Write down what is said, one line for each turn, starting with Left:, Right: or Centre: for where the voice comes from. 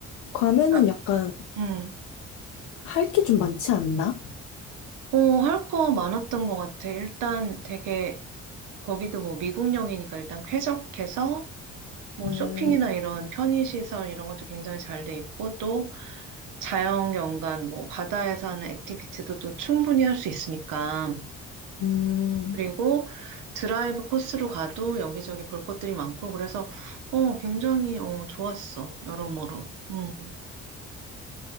Left: 괌에는
Right: 그러니까,
Left: 약간
Right: 응.
Left: 할 게 좀 많지 않나?
Right: 어, 할 거 많았던 것 같아. 일단 되게, 거기도 뭐 미국령이니까 일단 쾌적해서, 뭐
Left: 음,
Right: 쇼핑이나 이런 편의시설 이런 것도 굉장히 잘 돼 있고, 또 자연 경관, 뭐 바다에서 하는 액티비티도 또 충분히 할 수 있으니까.
Left: 음,
Right: 그리고 드라이브 코스로 가도 여기저기 볼 것들이 많고, 그래서, 어, 굉장히, 어, 좋았어. 여러모로. 응,